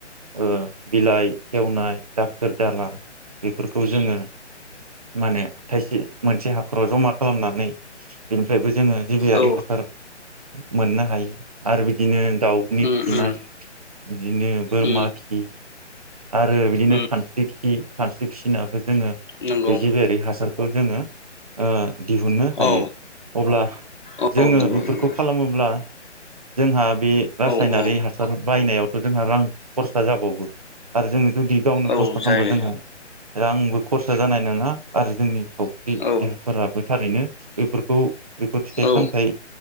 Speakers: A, on the right; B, on the left.
A: ओ बिलाइ सेवनाय दाखोर दाला बेफोरखौ जोङो माने थाइसे मोनसे हाखराव जमा खालामनानै बेनिफ्रायबो जोङो जिबियारि
B: औ
A: हासार मोननो हायो आरो बिदिनो दाउनि
B: उम
A: खिनाय
B: उम
A: बिदिनो बोरमा
B: उम
A: खि आरो बिदिनो
B: उम
A: खानस्रि खि खानस्रि फिसिनाबो जोङो
B: नंगौ
A: बे जिबियारि हासारखौ जोङो ओ दिहुननो हायो
B: औ
A: अब्ला
B: औ
A: जोङो
B: नंगौ
A: बेफोरखौ
B: नंगौ
A: खालामोब्ला जोंहा बे रासायनारि
B: औ औ
A: हासार बायनायावथ जोंहा रां खरसा जाबावो आरो जोङो जुदि गावनो
B: औ
A: खस्थ' खालामबा
B: जायो
A: जोंहा रांबो खरसा जानाय नङा आरो जोंनि खावस्रि
B: औ
A: देहाफोराबो थारैनो बेफोरखौ बेफोर फिथाइ
B: औ
A: सामथाइ